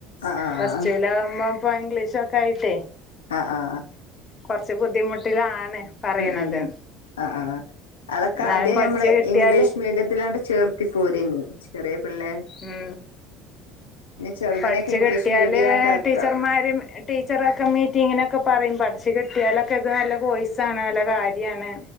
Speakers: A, on the left; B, on the left.
A: ആഹ് ആഹ്
B: പസ് ടൂലാവുമ്പോ ഇപ്പം ഇംഗ്ലീഷ് ഒക്കെ ആയിട്ടേയ്
A: ആഹ് ആഹ്
B: കൊറച്ച് ബുദ്ധിമുട്ടിലാണ് പറയണത്
A: ഉം ഉം അ ആഹ് അതൊക്കെ
B: എന്നാലും
A: ആദ്യം
B: പഠിച്ച്
A: നമ്മള്
B: കിട്ടിയാല്
A: ഇംഗ്ലീഷ് മീഡിയത്തിലണ്ട് ചേർത്തി പോര്ഞ്ഞി ചെറിയ പിള്ളേ
B: ഉം
A: ഇനി ചെറുതിനൊക്കെ
B: പഠിച്ച്
A: ഇംഗ്ലീഷ്
B: കിട്ടിയാല്
A: മീഡിയാണ്ടാക്ക
B: ഏഹ് ടീച്ചർമാരും ടീച്ചറൊക്കെ മീറ്റിങ്ങിനൊക്കെ പറയും പഠിച്ച് കിട്ടിയാലൊക്കെ ഇത് നല്ല കോയ്സാണ് നല്ല കാര്യാണ്